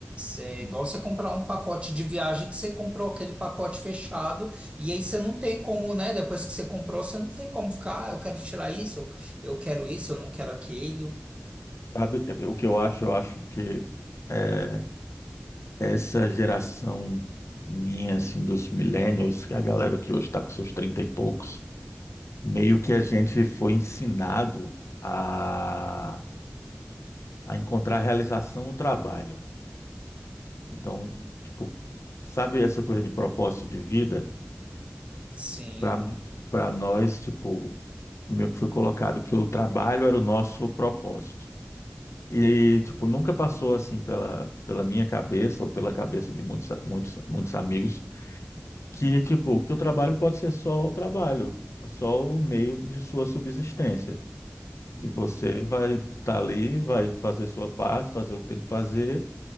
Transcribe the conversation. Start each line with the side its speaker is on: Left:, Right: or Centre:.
Right: é
Left: entendi.
Right: igual você comprar um pacote de viagem que você comprou aquele pacote fechado e aí você não tem como, né? Depois que você comprou, você não tem como ficar, ah, eu quero tirar isso, eu eu quero isso, eu não quero aquilo.
Left: Sabe, eh, o que eu acho? Eu acho que eh, essa geração minha, assim, dos millennials, a galera que hoje está com seus 30 e poucos, meio que a gente foi ensinado a, a encontrar realização no trabalho. Então,
Right: Uhum,
Left: tipo, sabe essa coisa de propósito de vida?
Right: Sim.
Left: para para nós, tipo, meio que foi colocado que o trabalho era o nosso propósito. E, tipo, nunca passou, assim, pela, pela minha cabeça ou pela cabeça de muitos, muitos, muitos amigos que, tipo, que o trabalho pode ser só o trabalho, é só o meio de sua subsistência.
Right: uhum.
Left: Que você vai estar ali, vai fazer sua parte, fazer o que tem que fazer